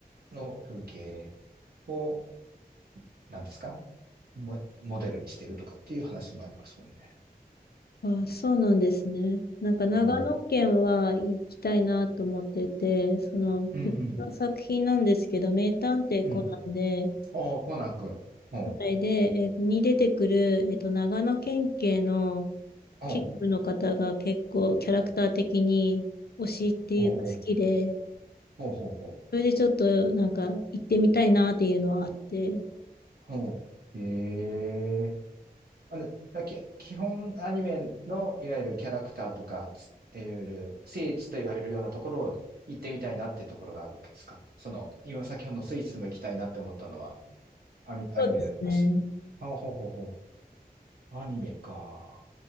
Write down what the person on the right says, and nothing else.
の風景を、なんですかモ、モデルにしてるとかっていう話もありますもんね。
うん。
うんうん。
うん。おー、コナン君。ほう。
ほう。
ほうほう。ほうほうほう。
ほう。ええあ、で、だけ、基本アニメのいわゆるキャラクターとか、ついわゆる聖地と言われるようなところを行ってみたいなってところがあるわけですか。その、今先ほどのスイスも行きたいなって思ったのはアニ、アニメだし。
あ、ほうほうほう。アニメか。